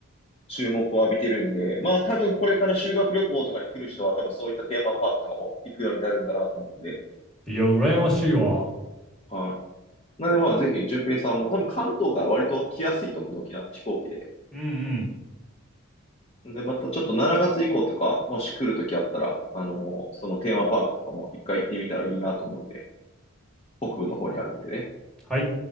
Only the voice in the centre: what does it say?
い。いや、羨ましいわ。
うんうん。
はい。